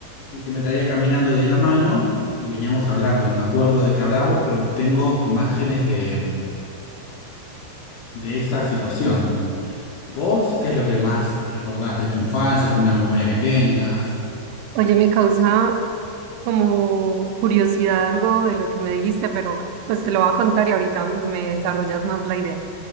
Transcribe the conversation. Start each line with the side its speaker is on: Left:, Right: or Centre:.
Left: y que me traía caminando de la mano y veníamos hablando. No me acuerdo de qué hablamos, pero tengo imágenes de, de esa situación. ¿Vos qué es lo que más recordás de tu infancia, alguna memoria que tengas?
Right: Oye, me causa como curiosidad algo de lo que me dijiste, pero pues te lo voy a contar y ahorita me desarrollas más la idea.